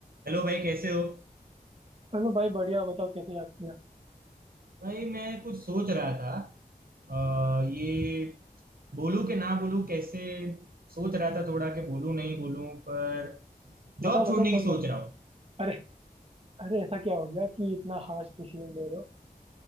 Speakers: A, on the right; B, on the right.
A: हेलो भाई कैसे हो
B: चलो भाई बढ़िया बताओ कैसे याद किया
A: भाई मैं कुछ सोच रहा था आ, ये बोलूं कि ना बोलूं कैसे सोच रहा था थोड़ा कि बोलूं नहीं बोलूं पर
B: बताओ
A: जॉब
B: बताओ
A: छोड़ने
B: कोई
A: की सोच
B: बात
A: रहा हूँ
B: अरे अरे ऐसा क्या हो गया कि इतना हार्श डिसीजन ले रहे हो